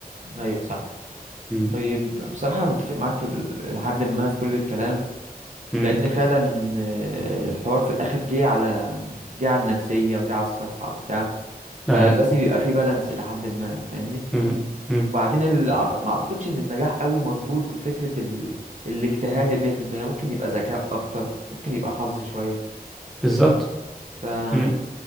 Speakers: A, on the right; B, in the centre.
A: أيوه صح
B: امم
A: طيب بصراحة أنا متفق معاك ال- لحد ما في كل الكلام
B: امم
A: لأن فعلا آه، الحوار في الآخر جه على جه على النفسية وجه على الصحة وبتاع فلازم
B: اهي
A: يبقى فيه بالانس إلى حد ما فاهمني
B: امم امم
A: وبعدين ال... أعت- ما أعتقدش إن النجاح قوي مربوط بفكرة ال... الاجتهاد المية في المية ممكن يبقى ذكاء أكتر ممكن يبقى حظ شوية
B: بالظبط
A: فاهمني
B: امم